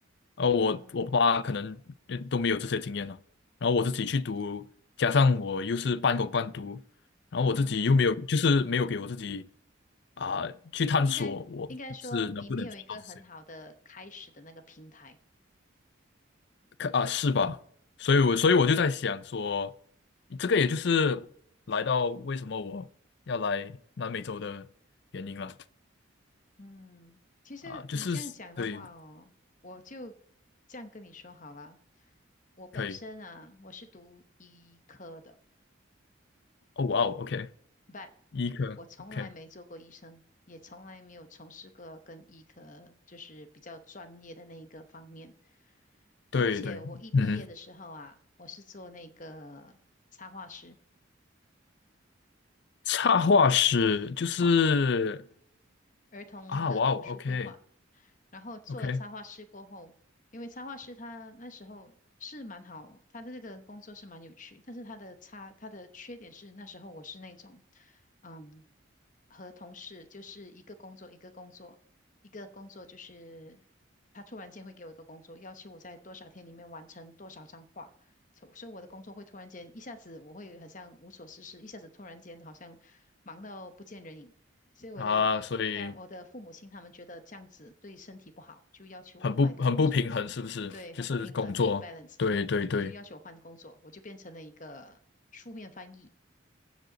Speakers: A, on the left (about 55°); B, on the left (about 40°).
A: 而我我爸爸可能呃都没有这些经验了，
B: 啊
A: 然后我自己去读，加上我又是半工半读，然后我自己又没有就是没有给我自己
B: 啊，
A: 啊、去探索我是能不能做到这些。
B: 应该应该说你没有一个很好的开始的那个平台。
A: 可啊，是吧？所以我，所以我就在想说，这个也就是来到为什么我要来南美洲的原因了
B: 嗯，其实你这样讲的话哦，
A: 啊，就是对，
B: 我就这样跟你说好了。我本身啊，
A: 可以，
B: 我是读医科的
A: 哦，哇哦，OK，
B: ，but
A: 医科，OK，
B: 我从来没做过医生，也从来没有从事过跟医科就是比较专业的那一个方面。
A: 对对，
B: 而且我一毕业的时候啊，
A: 嗯哼，
B: 我是做那个插画师，
A: 插画师就是
B: 画画。儿童的图书绘画，
A: 啊，哇哦，OK
B: 然后做了插画师过后，
A: OK
B: 因为插画师他那时候是蛮好，他的这个工作是蛮有趣，但是他的差他的缺点是那时候我是那种，嗯，和同事就是一个工作一个工作一个工作，就是他突然间会给我一个工作，要求我在多少天里面完成多少张画，所所以我的工作会突然间一下子我会很像无所事事，一下子突然间好像忙到不见人影。所以我的
A: 啊，所以
B: parent，我的父母亲他们觉得这样子对身体不好，就要求我换一个工作，
A: 很不很不平衡，是不是？
B: 对，
A: 就是工作，
B: 很不平衡，不 balance，
A: 对对对，
B: 他就要求我换工作，我就变成了一个书面翻译，